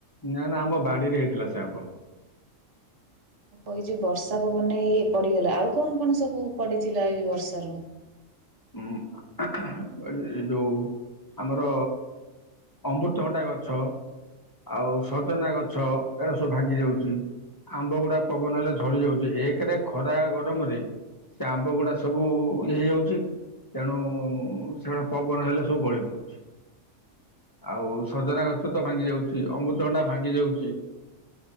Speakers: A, on the left; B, on the right.
A: ନା ନା ଆମ ବାଡିରେ ହେଇଥିଲା ସେ ଆମ୍ବ।
B: ଏ ଯଉ ବର୍ଷା ପବନରେ ଇଏ ପଡିଗଲା ଆଉ କଣ କଣ ସବୁ ପଡିଥିଲା ଏ ବର୍ଷ ର?
A: ଉଁ ଏ ଯୋଉ ଆମର ଅମୃତଭଣ୍ଡା ଗଛ। ଆଉ ସଜନା ଗଛ ଏରା ସବୁ ଭାଙ୍ଗି ଯାଉଚି। ଆମ୍ବ ଗୁଡା ପବନ ହେଲେ ଝଡି ଯାଉଚି ଏକରେ ଖରା ଗରମରେ ସେ ଆମ୍ବ ଗୁଡା ସବୁ ଇଏ ହେଇଯାଉଚି ତେଣୁ ସେଟା ପବନ ହେଲେ ସବୁ ଗଳି ପଡୁଚି ଆଉ ସଜନା ଗଛ ତ ଭାଙ୍ଗି ଯାଉଚି ଅମୃତ ଭଣ୍ଡା ଭାଙ୍ଗି ଯାଉଚି